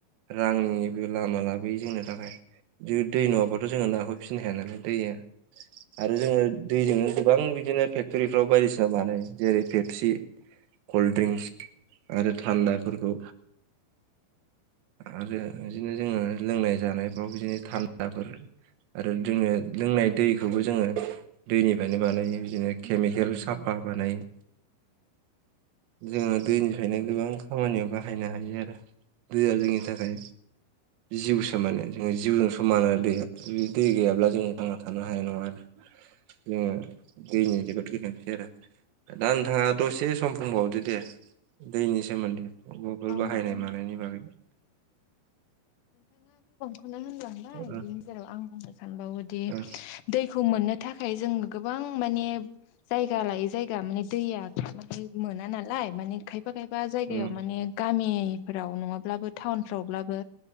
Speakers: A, on the right; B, on the left.
A: रांनिबो लामा लाबोयो जोंनो थाखाय जो दै नङाब्लााथ' जोङो नाखौ फिसिनो हाया नालाय दैया आरो जोङो दैजों गोबां बिदिनो फेक्ट'रिफ्राव बायदिसिना बानायो जेरै फेपसि कल्ड ड्रिंक्स आरो थान्दाफोरखौ आरो बिदिनो जोङो लोंनाय जानायफ्राव बिदिनो थान्दाफोर आरो जोङो लोंनाय दै खौबो जोङो दैनिफ्रायनो बानायो बिदिनो केमिकेल साफा बानायो जोङो दैनिफ्रायनो गोबां खामानियाव बाहायनो हायो आरो दैया जोंनि थाखाय जिउसो माने जोङो जिउजों समान आरो दैया दै गैयाब्ला जोङो थांना थानो हानाय नङा आ जोङो दैनि जोबोत गोनांथि आरो दा नोंथाङा दसे सम बुंबावदो दे दैनि सोमोन्दै अबावबाफोर बाहायनाय
B: नोंथां
A: मानायनि बागै
B: नों होनलांबाय
A: ओ
B: बिनि गेजेराव आं बुंनो सानबावयोदि
A: ओ
B: दैखौ मोननो थाखाय जों गोबां माने जायगा लायै जायगा माने दैया माने मोना नालाय माने खायफा खायफा जायगायाव
A: उम
B: माने गामिफ्राव नङाब्लाबो टाउनफ्रावब्लाबो